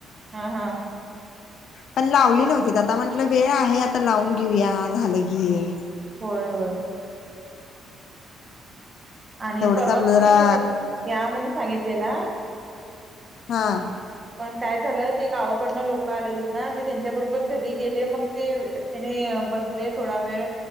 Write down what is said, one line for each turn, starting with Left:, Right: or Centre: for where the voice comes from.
Right: हा हा.
Left: पण लावली नव्हती आता म्हंटलं वेळ आहे आता लावून घेऊया झालं की.
Right: होय होय. आणि
Left: तेवढंच
Right: परवा
Left: आपलं
Right: तुम्ही
Left: जरा
Right: या म्हणून सांगितलेला.
Left: हां.
Right: पण काय झालं ते गावाकडनं लोकं आलेलीत ना मी त्यांच्या बरोबर घरी गेले मग तेव त्याने बसले थोडा वेळ